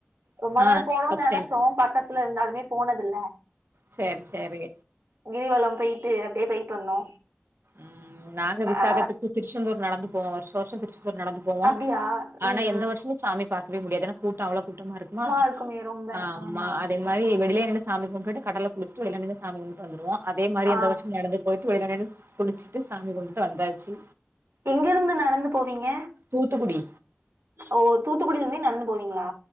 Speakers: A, on the right; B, on the right.
A: ரொம்ப
B: ஆ
A: நாள் போனும்னு
B: ஃபர்ஸ்ட்
A: நெனச்சோ
B: டைம்
A: பக்கத்துல இருந்தாலுமே போனது இல்ல
B: சேர் சேரி
A: கிரிவலம் போய்ட்டு அப்டே போயி்ட் வந்தோ
B: ம் நாங்க விசாகத்துக்கு
A: அ
B: திருச்செந்தூர் நடந்து போவோ வர்ஷ வர்ஷோ நடந்து போவோ
A: அப்டியா
B: ஆனா
A: ம்
B: எந்த
A: ம்
B: வர்ஷமு சாமி பாக்கவே முடியாது ஏனா கூட்டமஅவளோ கூட்டமா இருக்குமா
A: இருக்குமே ரொம்ப
B: ஆம்மா
A: ஆமா
B: அதே மாரி வெளிலே சாமி கும்டுட்டு கடல குளிச்சிட்டு வெளில நின்னு சாமி கும்ட்டு வந்துருவோ அதே மாதி
A: ஆ
B: இந்த வர்ஷமு நடந்து போயிட்டு வெளிள நின்னு குளிச்சிட்டு சாமி கும்ட்டு வந்தாச்சு
A: எங்கிருந்து நடந்து போவீங்க
B: தூத்துக்குடி
A: ஓ தூத்துக்குடிலேந்தே நடந்து போவீங்களா